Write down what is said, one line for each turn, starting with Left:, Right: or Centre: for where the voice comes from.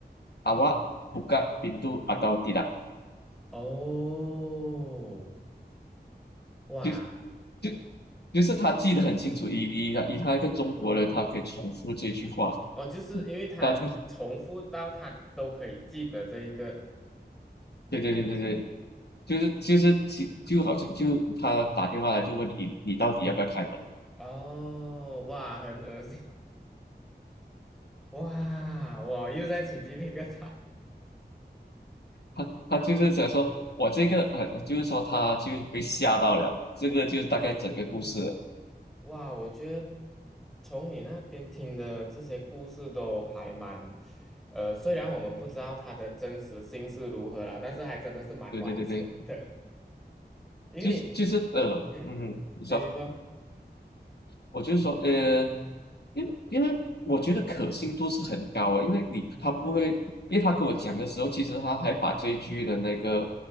Left: 阿瓦布嘎宾度阿道地啦，
Centre: 哦哇，
Left: 就就就是他记得很清楚，以以他以他一个中国人，他可以重复这句话。
Centre: 哦，就是因为他重复到他都可以记得这一个，
Left: 然后他对对对对对，就是就是其就好像就他打电话来就问你你到底要不要开门，
Centre: 哦，哇，很恶心，哇，我又在起鸡皮疙瘩，
Left: 他他就是想说我这个呃就是说他就是被吓到了，这个就是大概整个故事了
Centre: 嗯哇，我觉得从你那边听的这些故事都还蛮，呃，虽然我们不知道它的真实性是如何啦，但是还真的是蛮完整的，
Left: 对对对对，
Centre: 因为，
Left: 就是就是呃嗯，
Centre: 嗯，
Left: 你说
Centre: 你你说。
Left: 我就是说呃。因为因为我觉得可信度是很高的因为你他不会，因为他跟我讲的时候，其实他还把这一句的那个